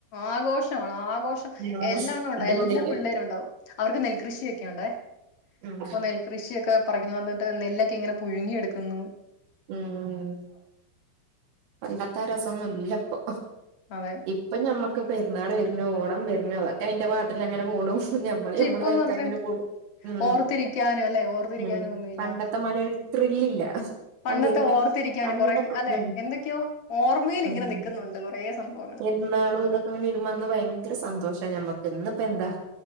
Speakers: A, on the left (about 55°); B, on the right (about 80°).
A: ആഘോഷണ് ആഘോഷം
B: ഉം
A: എല്ലാണ്ണോം ഒണ്ടാകും
B: അടിപൊളിയൊക്കെ
A: എല്ലാ പിള്ളേരും ഒണ്ടാകും അവർക്ക് നെൽകൃഷിയൊക്കെയൊണ്ടേ
B: ഉം
A: പ്പ നെൽകൃഷിയൊക്കെ പറിക്കുന്നന്ന്‌ നെല്ലൊക്കെ ഇങ്ങനെ പുഴിങ്ങിയെടുക്കുന്നു
B: ഉം പണ്ടത്തെരെസൊന്നും ഇല്ലപ്പൊ.
A: അതെ
B: ഇപ്പ ഞമ്മക് പെരുന്നാള് വെരുന്നു ഓണം വെരുന്ന്‌ അതൊക്കെ അതിന്റെ പാട്ടിലങ്ങനെ പോണു. ഞമ്മള്
A: പക്ഷെ
B: ഞമ്മടെ
A: ഇപ്പൊന്നും
B: വഴിക്കങ്ങനെ
A: അത്ര
B: പോണ് ഉം
A: ഓർത്തിരിക്കാനും അല്ലെ ഓർത്തിരിക്കാനും
B: ഉം
A: ഒന്നുമില്ല
B: പണ്ടത്തെ മാരിയൊര് ത്രില്ലില്ല.
A: പണ്ടത്തെ
B: അ വെരുന്നേ
A: ഓർത്തിരിക്കാനും
B: പണ്ടൊക്കോ
A: കൊറെ അല്ലെ
B: ഉം
A: എന്തൊക്കെയോ ഓർമ്മയിൽ
B: ഉം
A: ഇങ്ങനെ നിക്കുന്നുണ്ട് കൊറേ സംഭവങ്ങള്
B: പെരുന്നാളു ഇതൊക്കെങ്ങ് വരുമ്പോ അന്ന് വയങ്കര സന്തോഷ് ഞമ്മക് ഇന്നിപ്പന്താ?